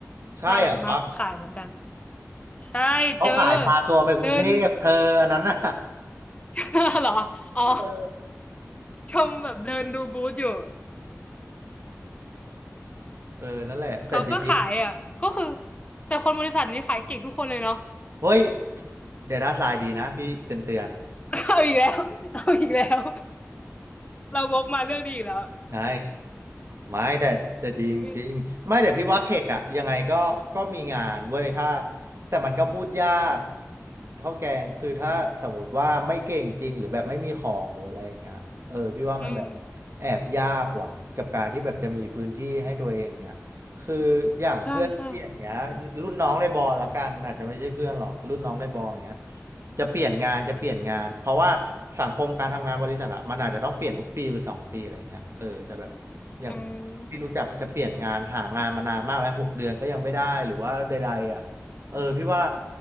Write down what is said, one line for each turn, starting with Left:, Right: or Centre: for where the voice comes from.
Right: ใช่เหรอ
Left: มาแบบมาขายเหมือนกันใช่เจอ
Right: เขาขายพาตัวไปกรุงเทพเธออันนั้นน่ะ
Left: เดิน <laughs> เหรอ อ๋อ
Right: <laughs>
Left: ชมแบบเดินดูบูธอยู่
Right: เออนั่นแหละ แต่ดี
Left: เขาก็ขายอ่ะ ก็คือแต่คนบริษัทนี้ขายเก่งทุกคนเลยเนาะ
Right: เฮ้ย เดต้าไซน์ดีนะพี่เตือนเตือน
Left: <laughs> เอาอีกแล้ว <laughs> เอาอีกแล้ว เราวกมาเรื่องนี้อีกแล้ว
Right: ใช่ไม่แต่แต่ดีจริงๆไม่แต่พี่ว่าเทคอะยังไงก็ก็มีงานเว้ยถ้า
Left: มี
Right: แต่มันก็พูดยากเท่าแกงคือถ้าสมมติว่าไม่เก่งจริงหรือแบบไม่มีของหรืออะไรอย่างเงี้ยเออพี่ว่ามันแบบ
Left: อืม
Right: แอบยากว่ะกับการที่แบบจะมีพื้นที่ให้ตัวเองอย่างเงี้ยคืออย่างเพื่อนพี่อย่างเงี้ย
Left: ใช่ใช่
Right: รุ่นน้องในบอละกันอาจจะไม่ใช่เพื่อนหรอกรุ่นน้องในบออย่างเงี้ย จะเปลี่ยนงานจะเปลี่ยนงานเพราะว่าสังคมการทำงานบริษัทอะมันอาจจะต้องเปลี่ยนทุกปีหรือสองปีอะไรเงี้ยเออแต่แบบอย่าง
Left: อืม
Right: พี่รู้จักอะจะเปลี่ยนงานหางานมานานมากแล้วหกเดือนก็ยังไม่ได้หรือว่าใดๆอะเออพี่ว่า